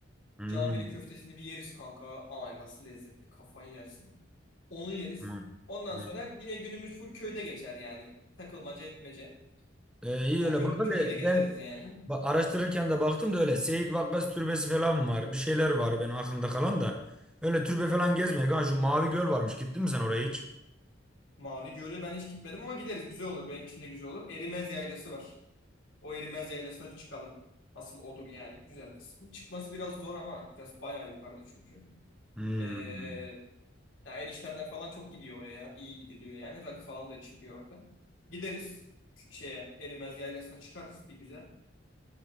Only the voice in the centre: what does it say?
Hmm,
tamam.
Hmm.
Ee, iyi
öyle
burada
da
ben
Ba- araştırırken de baktım da öyle Seyit Vakkas Türbesi falan var. Bir şeyler var benim aklımda kalan da. Öyle türbe
falan gezmeye. Ha şu Mavi Göl varmış. Gittin mi sen oraya hiç?
Hmm.